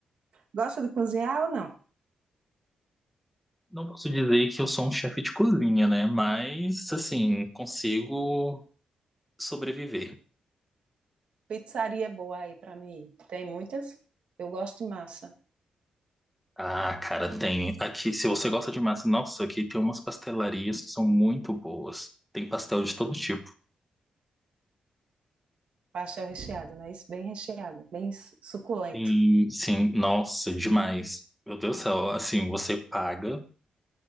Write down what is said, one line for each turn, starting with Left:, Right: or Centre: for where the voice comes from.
Right: Gosta de cozinhar ou não?
Centre: Não posso dizer que eu sou um chefe de cozinha, né? Mas, assim, consigo sobreviver
Right: Pizzaria é boa aí para mim. ir. Tem muitas. Eu gosto de massa.
Centre: Ah, cara, tem. Aqui, se você gosta de massa, nossa, aqui tem umas pastelarias que são muito boas. Tem pastel de todo tipo.
Right: Pastel recheado, né? Isso bem recheado, bem su- suculento.
Centre: Sim, sim, nossa, demais. Meu Deus do céu, assim, você paga.